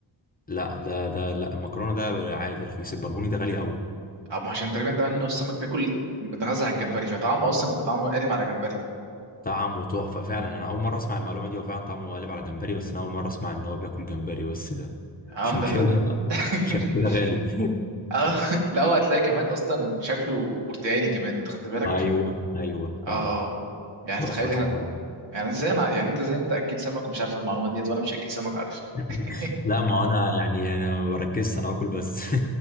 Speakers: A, on the left; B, on the right.
A: لا ده ده لا المكرونة ده عادي رخيص البربوني ده غالي أوي
B: اه ما عشان تقريبا ده انه السمك بياكل بيتغذى على الجمبري فطعمه اصلا بيبقى طعمه قالب على جمبري
A: طعمه تحفة فعلا أنا أول مرة أسمع المعلومة دي هو فعلا طعمه قالب على جمبري بس أنا أول مرة أسمع إن هو بياكل جمبري بس ده
B: اه
A: عشان
B: ما ده
A: كده
B: اللي أنا- ده <laughs>
A: عشان كده غالي
B: اه لا هو هتلاقي كمان اصلا شكله برتقاني كمان انت خدت
A: <laughs>
B: بالك
A: أيوه أيوه
B: اه
A: فعلا
B: آه. يعني
A: تحفة
B: تخيل احنا يعني ازاي انا يعني انت ازاي انت اكيل سمك ومش عارف المعلومه ديت وانا مش اكيل سمك عارف
A: <coughs>
B: <laughs>
A: لا ما هو انا يعني انا ما بركزش انا باكل بس